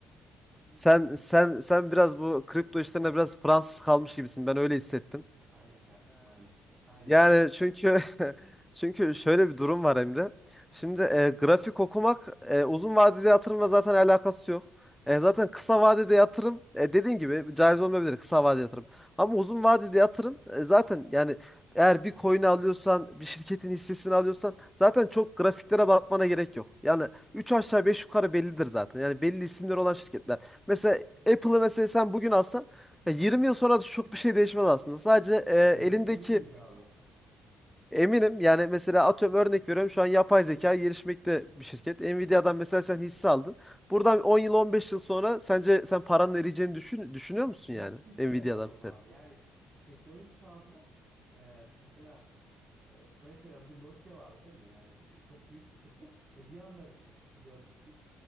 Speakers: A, on the right (about 35°); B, in the centre.
A: hı hı,
B: sen sen sen biraz bu kripto işlerine biraz Fransız kalmış gibisin. Ben öyle hissettim.
A: aynen kardeşim aynen. Aynen
B: Yani
A: aynen.
B: çünkü <laughs> çünkü şöyle bir durum var Emre. Şimdi e, grafik okumak e, uzun vadeli yatırımla zaten alakası yok. E, zaten kısa vadede yatırım e, dediğin gibi caiz olmayabilir kısa vadeli yatırım. Ama uzun vadede yatırım e, zaten yani eğer bir coin alıyorsan, bir şirketin hissesini alıyorsan zaten çok grafiklere bakmana gerek yok. Yani 3 aşağı 5 yukarı bellidir zaten. Yani belli isimleri olan şirketler. Mesela Apple'ı mesela sen bugün alsan e, 20 yıl sonra da çok bir şey değişmez aslında. Sadece e,
A: Emin,
B: elindeki
A: emin miyiz abi?
B: Eminim yani mesela atıyorum örnek veriyorum şu an yapay zeka gelişmekte bir şirket. Nvidia'dan mesela sen hisse aldın. Buradan 10 yıl 15 yıl sonra sence sen paranın eriyeceğini düşün, düşünüyor musun
A: Hiç
B: yani
A: hiç
B: Nvidia'dan
A: belli olmaz
B: mesela?
A: abi. Yani te- teknoloji çağında e, mesela e, örnek veriyorum bir Nokia vardı değil mi? Yani bir- çok büyük bir şirket. E, bir anda bir çöküşünü gördük biz.